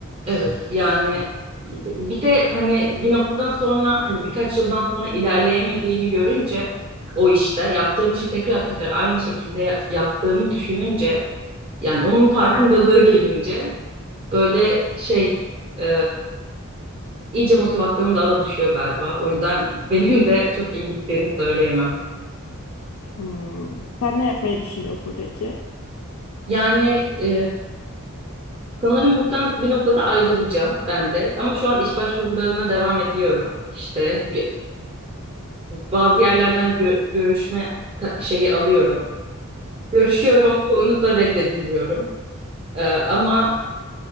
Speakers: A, on the right (about 25°); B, on the left (about 75°).
A: Evet yani bir de hani bir noktadan sonra hani birkaç yıldan sonra ilerleyemediğimi görünce o işte yaptığım işi tekrar tekrar aynı şekilde ya- yaptığımı düşününce yani onun farkındalığı gelince böyle şey e, iyice motivasyonum daha da düşüyor galiba. O yüzden <laughs> benim de çok iyi gittiğini söyleyemem.
B: Hmm. Sen ne yapmayı düşünüyorsun peki?
A: Yani e, sanırım buradan bir noktada ayrılacağım ben de ama şu an iş başvurularına devam ediyorum. İşte bazı yerlerden gö- görüşme ta- şeyi alıyorum. Görüşüyorum ama çoğunlukla reddediliyorum. Ee, ama